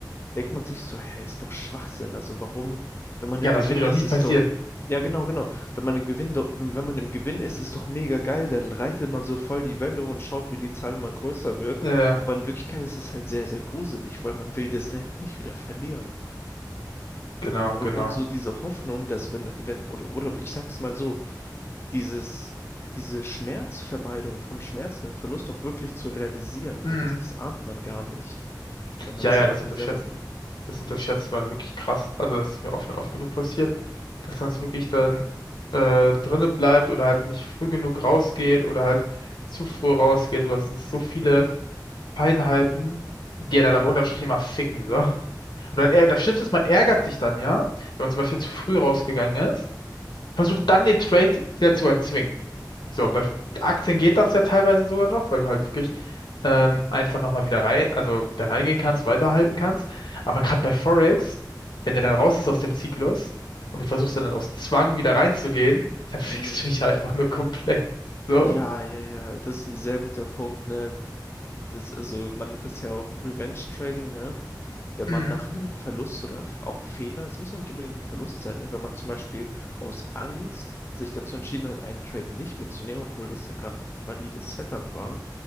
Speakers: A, on the left; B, on the left.
A: denkt man sich so, hey, ist doch Schwachsinn. Also warum, wenn man
B: Ja,
A: im
B: das
A: Gewinn
B: würde doch
A: ist,
B: nie
A: ist
B: passieren.
A: doch, ja genau, genau. Wenn man im Gewinn, do- wenn wenn man im Gewinn ist, ist doch mega geil. Dann reitet man so voll die Welle und schaut, wie die Zahl immer größer wird.
B: Äh,
A: Aber in Wirklichkeit ist das halt sehr, sehr gruselig, weil man will das da halt nicht wieder verlieren.
B: genau,
A: O-
B: genau.
A: Und so diese Hoffnung, dass wenn, wenn, oder, oder ich sag's mal so, dieses, diese Schmerzvermeidung vom Schmerz, den Verlust auch wirklich zu realisieren. So,
B: Hm.
A: dass das ahnt man gar nicht, wenn man
B: Ja,
A: es
B: ja,
A: halt
B: das
A: noch nie
B: unterschätzt.
A: selber gemacht hat.
B: das unterschätzt man wirklich krass. Also das ist mir auch schon oft genug passiert, dass man es wirklich dann äh, drinne bleibt oder halt nicht früh genug rausgeht oder halt zu früh rausgeht. Du hast so viele Feinheiten, die
A: Ja.
B: ja dann am unterm Strich immer ficken, so. Und dann, ärg-
A: Ha.
B: das Schlimmste ist, man ärgert sich dann, ja, wenn man zum Beispiel zu früh
A: Hm.
B: rausgegangen ist, versucht dann den Trade wieder zu erzwingen. So,
A: Oh.
B: bei Aktien geht das ja teilweise sogar noch, weil du halt wirklich ähm, einfach nochmal wieder rein, also da reingehen kannst, weiterhalten kannst. Aber gerade bei Forex, wenn der dann raus ist aus dem Zyklus und du versuchst dann aus Zwang wieder reinzugehen, dann <laughs> fickst
A: Hm.
B: du dich einfach nur komplett. So.
A: Ja, ja, ja. Das ist ein sehr guter Punkt, ne? Das, also man nennt das ja auch Revenge Trading, ne? Wenn
B: Mhm.
A: man nach einem Verlust oder f- auch Fehler, es muss ja nicht unbedingt ein Verlust sein, ne? Wenn man zum Beispiel aus Angst sich dazu entschieden hat, einen Trade nicht mitzunehmen, obwohl das ja gerade ein valides Setup war,